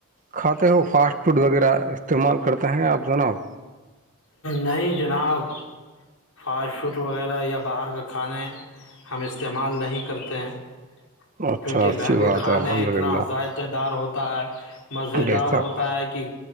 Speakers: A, on the right; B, on the left.
A: کھاتے ہو فاسٹ فوڈ وغیرہ استعمال کرتے ہیں آپ جناب
B: نہیں جناب فاسٹ فوٹ وغیرہ یا باہر کا کھانے ہم استعمال نہیں کرتے ہیں
A: اچھا
B: کیونکہ
A: اچھی
B: گھر کے
A: بات
B: کھانے
A: ہے الحمد
B: اتنا
A: للہ
B: ذائق دار ہوتا ہے مز
A: بے
B: دار
A: شک
B: ہوتا ہے کہ